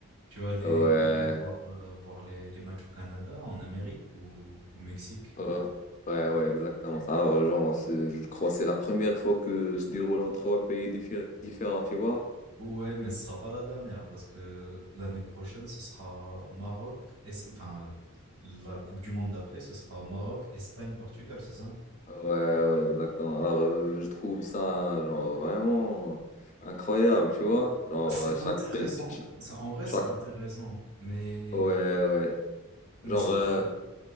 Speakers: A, on the right (about 80°); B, on the left (about 35°).
A: Tu vas aller,
B: Ouais,
A: tu vas aller voir, euh, voir les, les matchs au Canada, en Amérique ou au Mexique?
B: ouais, ouais, ouais, exactement. ça. Alors, genre, c'est- je crois que c'est la première fois que se déroule en trois pays diffé- différents, tu vois?
A: Ouais, mais ce sera pas la dernière parce que l'année prochaine, ce sera Maroc, et, enfin, euh, la Coupe du Monde d'après, ce sera Maroc, Espagne, Portugal, c'est ça?
B: Ouais, ouais, exactement. Alors, euh, je trouve ça, genre, vraiment incroyable, tu vois? Genre,
A: C'est
B: euh, chaque
A: intéressant.
B: pays, ch-
A: Ça, en vrai,
B: chaque,
A: c'est intéressant, mais,
B: ouais, ouais.
A: mais
B: Genre,
A: c'est
B: euh,
A: trop.